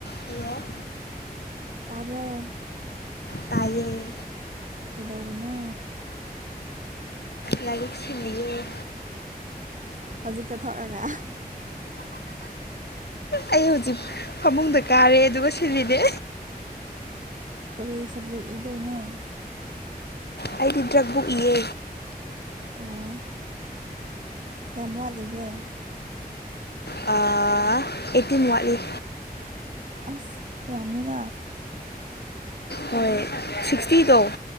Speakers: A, on the left; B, on the right.
A: Hello
B: ꯇꯥꯕ꯭ꯔꯣ
A: ꯇꯥꯏꯌꯦ
B: ꯀꯩꯗꯧꯔꯤꯅꯣ
A: ꯂꯥꯏꯔꯤꯛ ꯁꯤꯜꯂꯤꯌꯦ
B: ꯍꯧꯖꯤꯛꯇ ꯊꯣꯛꯔꯒ
A: ꯑꯩ ꯍꯨꯖꯤꯛ ꯐꯃꯨꯡꯗ ꯀꯥꯔꯦ ꯑꯗꯨꯒ ꯁꯤꯂꯤꯅꯦ
B: ꯀꯔꯤ ꯁꯕꯖꯦꯛ ꯏꯗꯣꯏꯅꯣ
A: ꯑꯩꯗꯤ ꯗ꯭ꯔꯛꯕꯨꯛ ꯏꯌꯦ
B: ꯑꯣ ꯀ꯭ꯌꯥꯝ ꯋꯥꯠꯂꯤꯍꯦ
A: ꯑꯥ ꯑꯩꯠꯇꯤꯟ ꯋꯥꯠꯂꯤ
B: ꯑꯁ ꯌꯥꯝꯃꯤꯅ
A: ꯍꯣꯏ ꯁꯤꯛꯁꯇꯤꯗꯣ